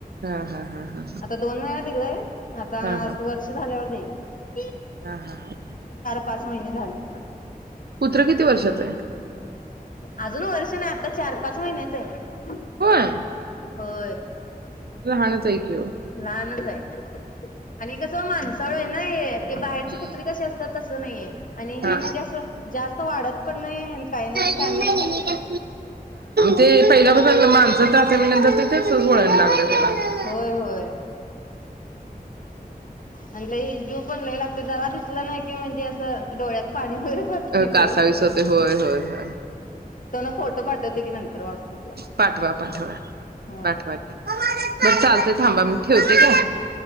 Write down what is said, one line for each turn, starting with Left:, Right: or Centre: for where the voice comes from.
Right: हा हा हा हा
Left: आता दोन वेळा दिलंय. आता
Right: हा हा
Left: वर्ष झाल्यावर देई स <inaudible>
Right: हा हा हा
Left: पाच महिने झाले
Right: कुत्र किती वर्षाच आहे.
Left: अजून वर्ष नाही आता चार पाच महिन्याच आहे.
Right: होय
Left: होय
Right: लहानच हाय की ओ
Left: लहानच आहे आणि कसं माणसाळू आहे ना हे ते बाहेरचे
Right: हम्म
Left: कुत्रे कसे असतात तसं नाहीये आणि हे
Right: हा
Left: म्हणजे असं जास्त वाढत पण नाही काय नाही असं.
Right: हा
Left: फॅमिली साठीच आहे.
Right: तेे पहिल्या पासून माणसात रहातोय म्हणल्यावर तेच वळण लागलं. त्याला
Left: होय होय आणि लई जीव पण लय लागते जरा दिसलं नाही की म्हणजे असं डोळ्यात पाणी वगैरे भरते
Right: कासावीस
Left: लई.
Right: होतय होय होय होय
Left: तन फोटो पाठवते की नंतर व्हॉट्सअपला.
Right: पाठवा
Left: त्याचा.
Right: पाठवा
Left: हा
Right: पाठवा की बर चालते थांबा मी ठेवते काय.